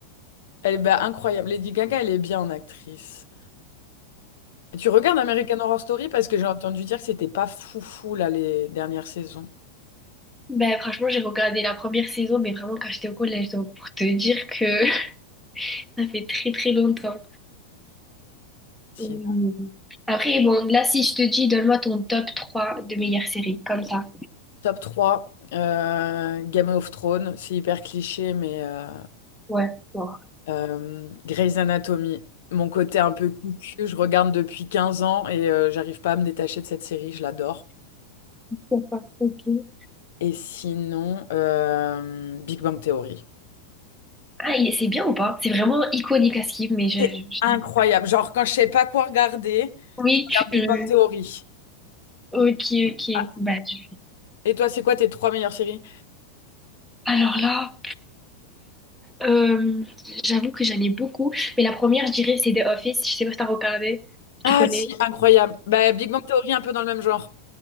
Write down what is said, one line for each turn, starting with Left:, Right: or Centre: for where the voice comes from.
Left: elle est bah, incroyable. Lady Gaga, elle est bien en actrice. Tu regardes American Horror Story parce que j'ai entendu dire que c'était pas foufou là les dernières saisons.
Centre: <laughs> ben, franchement, j'ai regardé la première saison, mais vraiment quand j'étais au collège, donc pour te dire que <laughs> ça fait très très longtemps.
Left: Sinon,
Centre: Mm. Après, bon, là, si je te dis, donne-moi ton top 3 de meilleures séries, comme ça.
Left: top 3 euh, Game of Thrones, c'est hyper cliché, mais euh,
Centre: Ouais, bon.
Left: Euh, Grey's Anatomy, mon côté un peu cucu, je regarde depuis 15 ans et euh, j'arrive pas à me détacher de cette série, je l'adore.
Centre: Pourquoi pas, ok.
Left: Et sinon, euh, Big Bang Theory.
Centre: Ah, il- c'est bien ou pas? C'est vraiment iconique à skip, mais je,
Left: C'est
Centre: je- je-
Left: incroyable. Genre, quand je sais pas quoi regarder,
Centre: Oui,
Left: je regarde
Centre: tu...
Left: Big Bang Theory.
Centre: Ok, ok.
Left: Ah,
Centre: Bah, je
Left: Et toi, c'est quoi tes trois meilleures séries?
Centre: Alors là, euh, j'avoue que j'en ai beaucoup, mais la première, je dirais, c'est The Office. Je sais pas si t'as regardé,
Left: Ah,
Centre: tu connais.
Left: si, incroyable. Bah, Big Bang Theory, un peu dans le même genre.